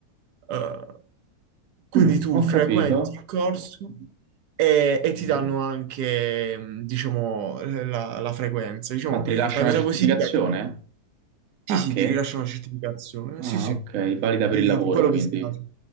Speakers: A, on the right; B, on the right.
A: Eh, quindi
B: Mm,
A: tu
B: ho
A: frequenti
B: capito.
A: il corso e, e ti
B: Ok.
A: danno anche, mm, diciamo, la, la frequenza. Diciamo,
B: Ma ti rilascia
A: la cosa
B: una certificazione?
A: positiva è che sì,
B: Anche?
A: sì, ti rilascia una certificazione, sì,
B: Ah,
A: sì,
B: ok, valida
A: di,
B: per il lavoro,
A: di quello
B: quindi.
A: che stai facendo.